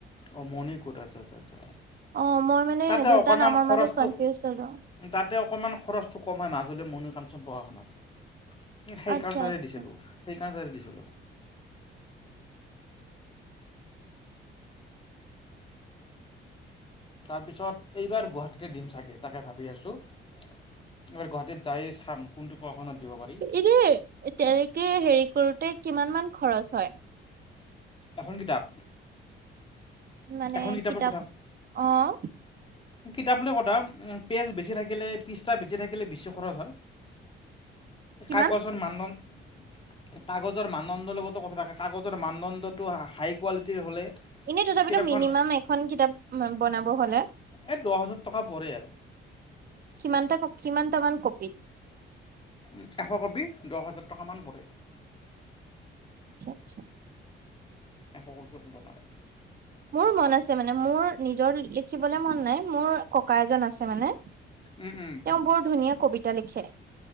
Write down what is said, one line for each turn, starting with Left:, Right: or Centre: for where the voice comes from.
Left: অঁ মনিকোট আচ্ছা আচ্ছা আচ্ছা।
Right: অঁ মই মানে
Left: তাতে
Right: দুটা
Left: অকণমান
Right: নামৰ
Left: খৰচটো
Right: মাজত কনফিউজ হলোঁ।
Left: তাতে অকণমান খৰচটো কম হঁয় মাজুলী মণি কাঞ্চন প্ৰশাসনত। সেইকাৰণে
Right: আচ্ছা
Left: তাতে
Right: আচ্ছা
Left: দিছিলোঁ সেইকাৰণে তাতে দিছিলোঁ। তাৰপিছত এইবাৰ গুৱাহাটীতে দিম চাগে তাকে ভাবি আছোঁ। এইবাৰ গুৱাহাটীত যায়ই চাম। কোনটো প্ৰকাশনত দিব পাৰি
Right: এনে তেনেকে হেৰি কৰোতে কিমান মান খৰচ হয়।
Left: এখন কিতাপ-
Right: মানে
Left: এখন কিতাপৰ
Right: কিতাপ
Left: কথা
Right: অঁ।
Left: কিতাপ লৈ কথা পেজ বেছি থাকিলে পিচতা বেছি থাকিলে বেচি খৰচ হয়ঁ।
Right: কিমান
Left: কাগজৰ মানদন - কাগজৰ মানদণ্ডৰ লগতো কথা থাকে কাগজৰ মানদণ্ডটো হাই কোৱালিটিৰ হ'লে-
Right: এনেই তথাপিতো
Left: কিতাপখন
Right: মিনিমাম এখন কিতাপ বনাব হ'লে -
Left: এ দহ হাজাৰ টকা পৰে আৰু।
Right: কিমানটা কিমানটামান কপি?
Left: এশ কপি দহ হাজাৰ টকামান পৰে।
Right: আচ্ছা আচ্ছা।
Left: এশ কপি হৱ পাৰে।
Right: মোৰ মন আছে মানে মোৰ নিজৰ ইলেক- লিখিবলৈ মন নাই মোৰ ককা এজন আছে মানে তেওঁ
Left: উম উম
Right: বৰ ধুনীয়া কবিতা লিখে।